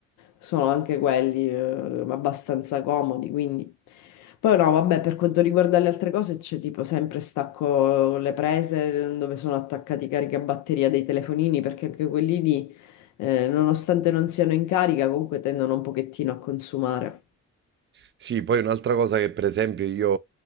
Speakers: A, on the left (about 75°); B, on the right (about 40°).
A: sono anche quelli eh, abbastanza comodi, quindi... Poi no, vabbè, per quanto riguarda le altre cose c'è tipo sempre stacco le prese mm, dove sono attaccati i caricabatteria dei telefonini, perché anche quelli lì, eh, nonostante non siano in carica, comunque tendono un pochettino a consumare.
B: Sì, poi un'altra cosa che per esempio io